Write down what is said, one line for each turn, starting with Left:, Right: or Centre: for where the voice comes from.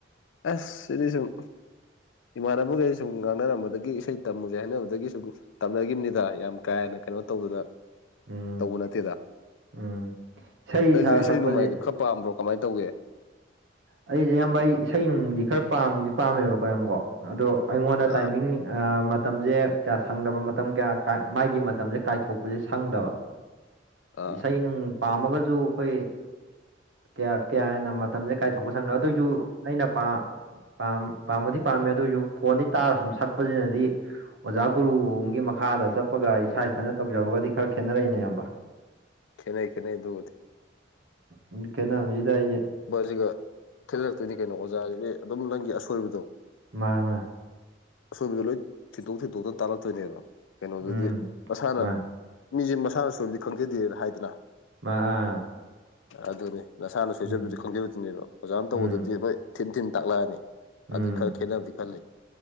Left: ꯑꯁ ꯁꯤꯗꯤ ꯁꯨꯝ ꯏꯃꯥꯟꯅꯕꯈꯒꯩ ꯁꯨꯝ ꯉꯥꯡꯅꯔꯝꯕꯗꯒꯤ ꯏꯁꯩ ꯇꯝꯃꯨꯖꯦ ꯍꯥꯏꯅꯕꯗꯒꯤ ꯁꯨꯝ ꯇꯝꯅꯒꯤꯝꯅꯤꯗ ꯌꯥꯝ ꯀꯥ ꯍꯦꯟꯅ ꯀꯩꯅꯣ ꯇꯧꯗꯅ
Right: ꯎꯝ
Left: ꯇꯧꯕ ꯅꯠꯇꯦꯗ
Right: ꯎꯝ
Left: ꯅꯪꯖꯨ
Right: ꯁꯥ
Left: ꯏꯁꯩ
Right: ꯁꯛꯄꯁꯦ
Left: ꯅꯣꯡꯃꯥꯏꯒ ꯈꯔ ꯄꯥꯝꯕ꯭ꯔꯣ ꯀꯃꯥꯏ ꯇꯧꯒꯦ
Right: ꯑꯩꯖꯦ ꯏꯌꯥꯝꯕ ꯑꯩ ꯏꯁꯩ ꯅꯨꯡꯗꯤ ꯈꯔ ꯄꯥꯝꯗꯤ ꯄꯥꯝꯃꯦꯕꯀꯣ ꯏꯌꯥꯝꯕꯀꯣ ꯑꯗꯣ ꯑꯩꯉꯣꯟꯗ ꯇꯥꯏꯃꯤꯡ
Left: ꯑꯥ
Right: ꯑ ꯃꯇꯝꯖꯦ ꯀꯌꯥ ꯁꯪꯗꯕ ꯃꯇꯝ ꯀꯌꯥ ꯀꯥ ꯃꯥꯥꯏꯒꯤ ꯃꯇꯝꯖꯦ ꯀꯥꯏꯊꯣꯛꯄꯖꯦ ꯁꯪꯗꯕ
Left: ꯑꯥ
Right: ꯏꯁꯩ ꯅꯨꯡ ꯄꯥꯝꯃꯒꯖꯨ ꯈꯣꯏ ꯀꯌꯥ ꯀꯌꯥ ꯍꯦꯟꯅ ꯃꯠ ꯃꯇꯝꯖꯦ ꯀꯥꯏꯊꯣꯛꯣꯛꯄ ꯁꯪꯗꯕ ꯑꯗꯨꯏꯖꯨ ꯑꯩꯅ ꯄꯥ ꯄꯥꯝ ꯄꯥꯝꯕꯨꯗꯤ ꯄꯥꯝꯃꯦ ꯑꯗꯨꯏꯖꯨ ꯐꯣꯟꯗꯩ ꯇꯥꯔ ꯁꯨꯝ ꯁꯛꯄꯖꯤꯅꯗꯤ ꯑꯣꯖꯥ ꯒꯨꯔꯨ ꯑꯝꯒꯤ ꯃꯈꯥꯗ ꯆꯠꯄꯒ ꯏꯁꯥ ꯏꯊꯅ ꯇꯧꯖꯕꯒꯗꯤ ꯈꯔ ꯈꯦꯠꯅꯔꯛꯏꯅꯦ ꯏꯌꯥꯝꯕ
Left: ꯈꯦꯠꯅꯩ ꯈꯦꯠꯅꯩ ꯗꯨꯕꯨꯗꯤ
Right: ꯎꯝ ꯈꯦꯠꯅꯕꯖꯤꯗ ꯑꯩꯖꯦ
Left: ꯁꯤꯒ ꯊꯤꯜꯂꯛꯇꯣꯏꯅꯤ ꯀꯩꯅꯣ ꯑꯣꯖꯥꯁꯤꯗꯤ ꯑꯗꯨꯝ ꯅꯪꯒꯤ ꯑꯁꯣꯏꯕꯗꯣ
Right: ꯃꯥ ꯃꯥ
Left: ꯑꯁꯣꯝꯗ ꯂꯣꯏ ꯊꯤꯟꯠꯇꯣꯛ ꯊꯤꯟꯇꯣꯛꯇꯅ ꯇꯥꯜꯂꯛꯇꯣꯏꯅꯦꯕ ꯀꯩꯅꯣꯗꯨꯗꯤ
Right: ꯎꯝ
Left: ꯃꯁꯥꯅ
Right: ꯃꯥꯅꯦ
Left: ꯃꯤꯁꯦ ꯃꯁꯥꯅ ꯁꯣꯏꯕꯗꯤ ꯈꯪꯖꯗꯦꯅ ꯍꯥꯏꯗꯅ
Right: ꯑ ꯑ
Left: ꯑꯗꯨꯅꯦ ꯅꯁꯥꯅ ꯁꯣꯏꯖꯕꯗꯤ
Right: ꯎꯝ
Left: ꯈꯪꯖꯕꯗꯨꯅꯦꯕ ꯑꯣꯖꯥꯅ ꯇꯧꯕꯗꯨꯗꯤ
Right: ꯎꯝ
Left: ꯍꯣꯏ ꯊꯤꯟ ꯊꯤꯟ ꯇꯥꯛꯂꯛꯑꯅꯤ
Right: ꯎꯝ
Left: ꯑꯗꯨꯏ ꯈꯔ ꯈꯦꯠꯅꯕꯗꯤ ꯈꯜꯂꯤ